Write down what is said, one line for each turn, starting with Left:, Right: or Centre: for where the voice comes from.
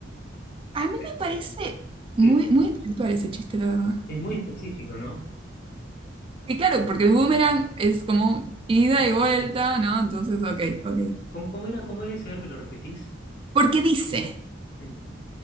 Right: A mí me
Left: ¿Eh?
Right: parece muy,
Left: que
Right: muy intelectual ese chiste, la verdad.
Left: es muy específico, ¿no?
Right: Y claro, porque el boomerang es como ida y vuelta, ¿no? Entonces, ok, ok.
Left: ¿Cómo, cómo era, cómo era ese? A ver, ¿Me lo repetís?
Right: Porque dice
Left: Mm,